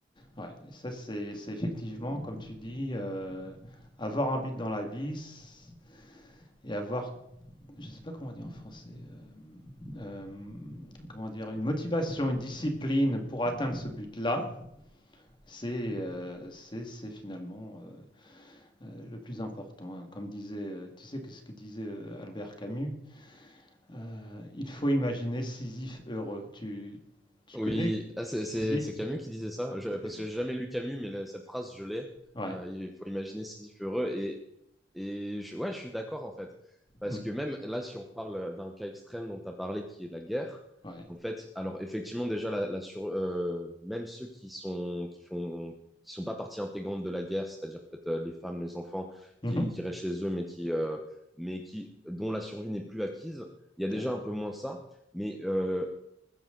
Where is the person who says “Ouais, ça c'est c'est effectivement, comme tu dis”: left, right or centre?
Left